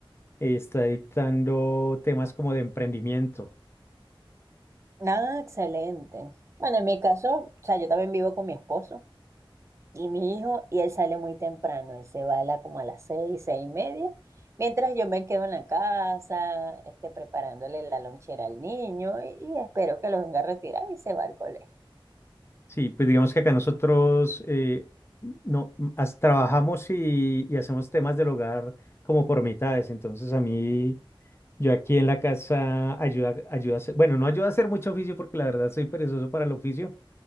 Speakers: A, on the left; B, on the right.
A: eh, Está dictando temas como de emprendimiento.
B: Ah, excelente. Bueno, en mi caso, o sea, yo también vivo con mi esposo. y mi hijo, y él sale muy temprano, él se va a la, como a las seis, seis y media, mientras yo me quedo en la casa, este, preparándole la lonchera al niño y, y espero que lo venga a retirar y se va al colegio.
A: Sí, pues digamos que acá nosotros eh, no, as- trabajamos y, y hacemos temas del hogar como por mitades. Entonces a mí, yo aquí en la casa ayuda, ayuda a hacer- bueno, no ayuda a hacer mucho oficio porque la verdad soy perezoso para el oficio,